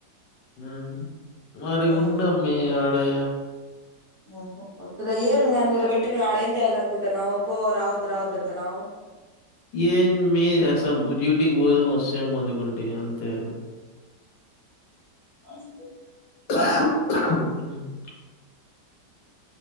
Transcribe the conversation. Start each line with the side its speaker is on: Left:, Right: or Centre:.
Left: ఉమ్ మరి
Right: హ్మ్
Left: ఉండమ్మీ ఆడే
Right: ఊహు వద్దులే ఏం నన్ను ఈడ పెట్టి నువ్ ఆడేం చేయాలి అనుకుంటున్నావ్ పో రావద్దు రావద్దు అంటున్నావ్
Left: ఏం మ్మీ చేస్సాం డ్యూటీకి పోయ్ వస్సాము అనుకుంటి అంతే
Right: అ స
Left: ప్ర